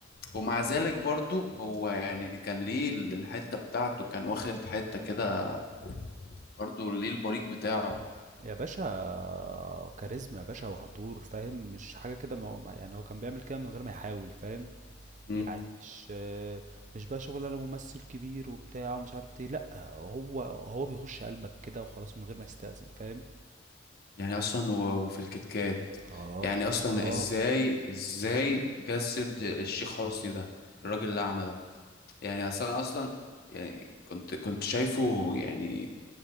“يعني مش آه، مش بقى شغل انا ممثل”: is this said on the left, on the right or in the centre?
Right